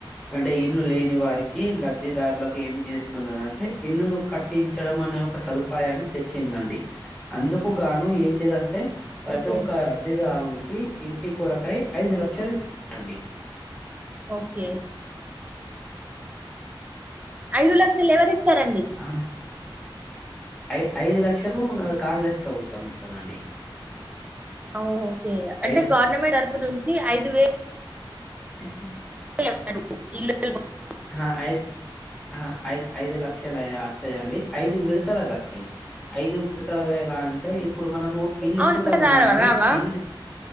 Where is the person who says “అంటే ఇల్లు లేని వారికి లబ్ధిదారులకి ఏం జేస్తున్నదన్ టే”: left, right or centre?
Centre